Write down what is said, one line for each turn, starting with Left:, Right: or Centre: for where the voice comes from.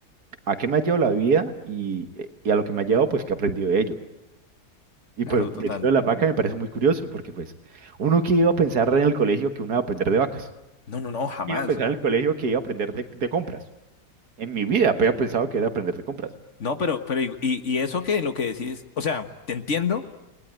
Right: a qué me ha llevado la vida y, eh, y a lo que me ha llevado, pues, que he aprendido de ello. Y
Left: claro,
Right: pues
Left: total.
Right: decirlo de las vacas me parece muy curioso, porque pues uno que iba a pensar en el colegio que uno iba a aprender de vacas,
Left: No, no, no, jamás.
Right: iba a pensar en el colegio que iba a aprender de, de compras. En mi vida había pensado que era aprender de compras.
Left: No, pero, pero, y, y y eso que lo que decís, o sea, te entiendo,